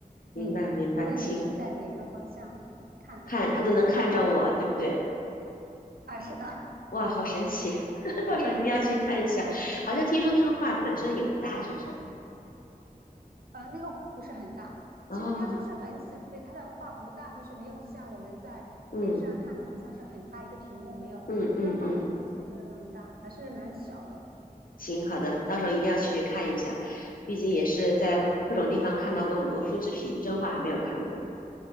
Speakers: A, on the left; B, on the right.
A: 明白明白，
B: 嗯，无论你是在哪个方向看，
A: 行，看它都能看着我，
B: 它都是微笑的
A: 对不对？
B: 啊。是的，
A: 哇，好神奇！
B: <laughs>
A: <laughs>
B: 这是一个神奇的点。
A: 到时候一定要去看一下。好像听说那个画本身也不大，是不是？
B: 呃，那个不是很大，
A: 哦，
B: 其实它就是很小，对，它的画不大，就是没有像我们在电视上看的，
A: 嗯
B: 好像是很大一个屏幕，没有，
A: 嗯嗯嗯，
B: 它的画没有我们想象的那么大，还是蛮小的。
A: 行，好的，到时候一定要去看一下。毕竟也是在各种地方看到过很多复制品，真画还没有看过。